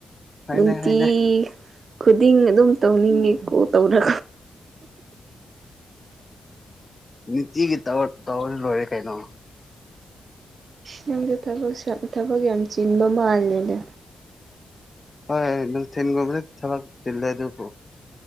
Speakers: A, on the left; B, on the right.
A: ꯍꯣꯏꯅꯦ
B: ꯅꯨꯡꯇꯤ
A: ꯍꯣꯏꯅꯦ
B: ꯈꯨꯗꯤꯡ ꯑꯗꯨꯝ ꯇꯧꯅꯤꯡꯉꯦꯀꯣ ꯇꯧꯔ
A: ꯅꯤꯇꯤꯒꯤ ꯇꯧꯔ ꯂꯣꯏꯔꯦ ꯀꯩꯅꯣ
B: ꯅꯪꯗ ꯊꯕꯛ ꯊꯕꯛ ꯌꯥꯝ ꯆꯤꯟꯕ ꯃꯥꯜꯂꯦꯅꯦ
A: ꯍꯣꯏ ꯅꯨꯡꯊꯤꯟꯒꯨꯝꯗ ꯊꯕꯛ ꯆꯤꯜꯂꯦꯗꯨꯕꯨ